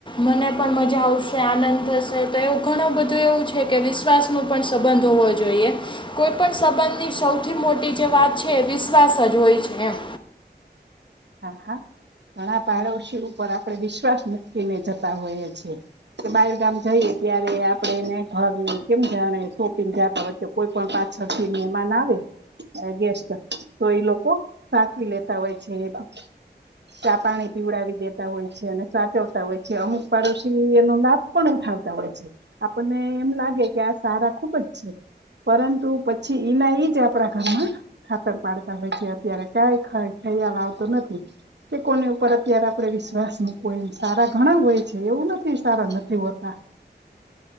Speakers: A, on the left (about 30°); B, on the right (about 85°).
A: મને પણ મજા આવશે આનંદ થશે તો એવું ઘણું બધું એવું છે કે વિશ્વાસનો પણ સંબંધ હોવો જોઈએ એ કોઈ પણ સંબંધની સૌથી મોટી જે વાત છે વિશ્વાસ જ હોય છે એમ
B: હા હા ઘણા પાડોશી ઉપર આપણે વિશ્વાસ મૂકીને જતા હોઈએ છીએ કે બારગામ જઈએ ત્યારે આપડે એને ઘર કેમ જાણે શોપિંગ જાતા હોય કોઈ પણ પા છ થી મહેમાન આવે ગેસ્ટ તો એ લોકો સાચવી લેતા હોય છે એ બા ચા પાણી પીવડાવી દેતા હોય છે અને સાચવતા હોય છે અમુક પાડોશી એનો લાભ પણ ઉઠાવે હોય છે આપણને એમ લાગે કે આ સારા ખુબ જ છે પરંતુ પછી ઈના ઈજ આપણા ઘરમાં ખાતર પાડતા હોય છે અત્યારે કંઈ ખાડ ખયાલ આવતો નથી કે કોની ઉપર અત્યારે આપડે વિશ્વાસ મૂકવો એમ સારા ઘણા હોય છે એવું નથી સારા નથી હોતા <inaudible>